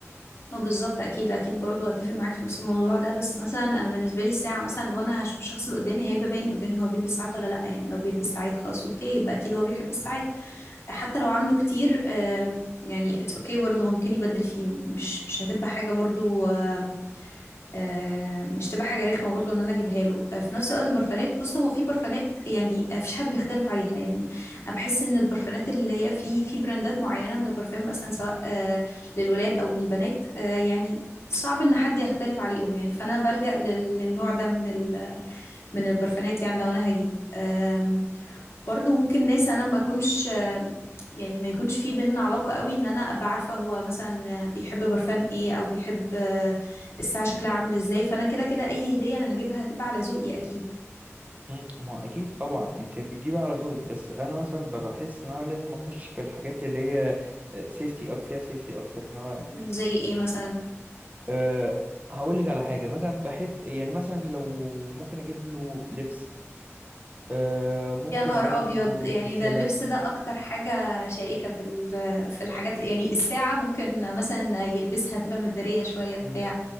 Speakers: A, on the left (about 60°); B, on the right (about 30°).
A: اه بالظبط اكيد اكيد برضو هتفق معاك في نفس الموضوع ده بس مثلا انا بالنسبه لي الساعه مثلا لو انا هشوف الشخص اللي قدامي هيبقى باين قدامي هو بيلبس ساعات ولا لا يعني لو بيلبس ساعات خلاص اوكي يبقى اكيد هو بيحب الساعات حتى لو عنده كتير آم، يعني اتس اوكي برضه هو ممكن يبدل فيهم مش مش هتبقى حاجه برضو آم، آه، مش تبقى حاجه رخمه برضو ان انا اجيبها له آه، في نفس الوقت البرفانات بص هو في برفانات يعني آه، مفيش حد بيختلف عليها يعني انا بحس ان البرفانات اللي هي في في براندات معينه من البرفان مثلا سواء آه، للولاد أو للبنات آه، يعني صعب إن حد يختلف عليهم يعني فأنا بلجأ لل- للنوع ده من ال من البرفانات يعني لو أنا هجيب آم، برضو ممكن ناس أنا ما أكونش آم، يعني ما يكونش في بيننا علاقة قوي إن أنا أبقى عارفة هو مثلا بيحب برفان إيه أو بيحب آه، الساعة شكلها عامل إزاي فأنا كده كده أي هدية أنا هجيبها هتبقى على ذوقي أكيد
B: مم، ما اكيد طبعا انت بتجيبي على ذوقك بس انا مثلا ب- بحس ان انا لازم اخش في الحاجات اللي هي سيفتي أك فيها سيفتي اكتر ان هو
A: زي إيه مثلا
B: أه هقول لك على حاجة مثلا بحب يعني مثلا لو ممكن اجيب له لبس أه ممكن
A: يا نهار
B: اجيب
A: ابيض
B: له
A: يعني
B: سلسلة
A: ده اللبس ده اكتر حاجه شائكه في ال- في الحاجات يعني الساعه ممكن مثلا يلبسها تبقى مداريه شويه
B: مم.
A: بتاع